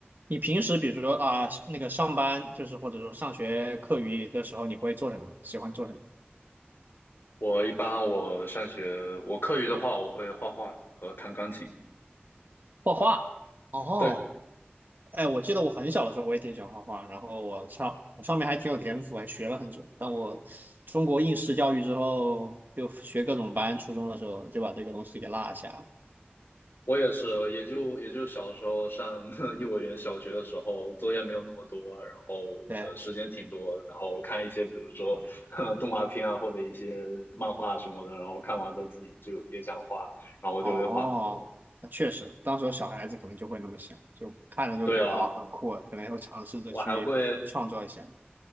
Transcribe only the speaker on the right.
你平时比如说啊，那个上班就是或者说上学课余的时候，你会做什么？喜欢做什么？
画画。哦，
哎，我记得我很小的时候我也挺喜欢画画，然后我上我上面还挺有天赋，还学了很久。但我中国应试教育之后，就学各种班，初中的时候就把这个东西给落下了
对，
哦，那确实，当时小孩子可能就会那么想，就看了就觉得啊、
很酷啊，可能会尝试着去创作一下。